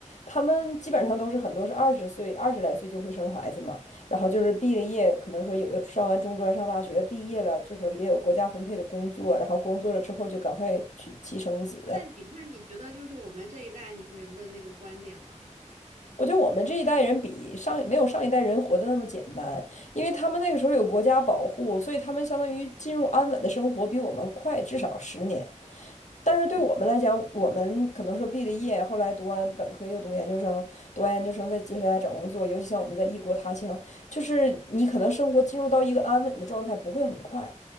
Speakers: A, on the left (about 70°); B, on the right (about 75°).
A: 他们基本上都是很多是二十岁、二十来岁就会生孩子嘛，然后就是毕了业，可能说有的上完中专、上大学毕业了，就是也有国家分配的工作，然后工作了之后就赶快娶妻生子。
B: 那你那你觉得就是我们这一代年人的那个观点呢？
A: 我觉得我们这一代人比上没有上一代人活得那么简单，因为他们那个时候有国家保护，所以他们相当于进入安稳的生活比我们快至少十年。但是对我们来讲，我们可能说毕了业，后来读完本科又读研究生，读完研究生再接下来找工作，尤其像我们在异国他乡，就是你可能生活进入到一个安稳的状态不会很快，